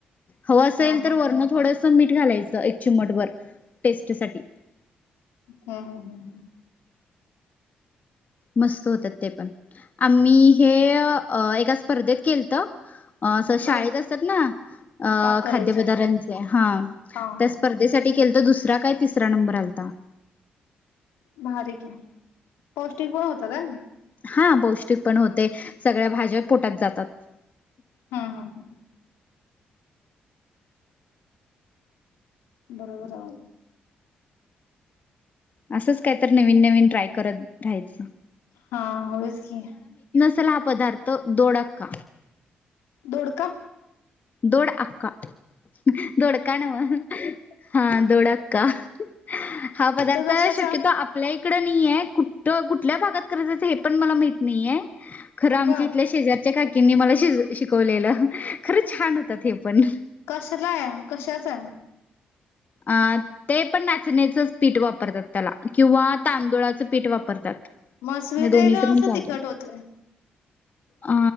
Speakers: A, on the left; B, on the left.
A: हव असेल
B: ह हा
A: तर वरन थोडंस मीठ मीठ घालायचं एक चिमट भर टेस्ट साठी.
B: हा ह हम्म हम्.
A: मस्त होतात ते पण, आम्ही हे अ एका स्पर्धेत केलत. अ असं शाळेत
B: बर
A: असतात ना, अ
B: पाकलेच्या
A: खाद्यपदार्थांचे हा,
B: हा हा
A: त्या स्पर्धेसा ते केलतो दुसरा काय, तिसरा नंबर आलता.
B: बारीक हे पौष्टिक पण होतात ह हे.
A: हा पौष्टिक पण होते सगळ्या भाज्या पोटात जातात.
B: हम्म हम हम. बरोबर आ.
A: असंच काय तर नवीन नवीन ट्राय करत राहायचं.
B: हा होय च की.
A: चला हा पदार्थ दोडक्का.
B: दोडका?
A: दोड अका दोडका नव्ह. हा दोडअक्का. हा पदार्थ
B: तर कशाचा
A: शक्यतो आपल्या ई हिकडं नाहीये, कुठ? कुठल्या भागात करतं हे पण मला माहित नाहीये. खरं आमच्या
B: बर
A: इथल्या शेजारच्या का किनी मला श-शिकवलेलं खरच. छान होतात हे पण.
B: कसला आहे? कशाच हाय?
A: अ ते पण नाचण्याचंच पीठ वापरतात त्याला किंवा तांदुळाचं पीठ वापरतात.
B: मग स्वीट
A: हे दोन्हीच
B: आहे का
A: पण
B: असं
A: चालतंय.
B: तिखट होतंय.
A: अ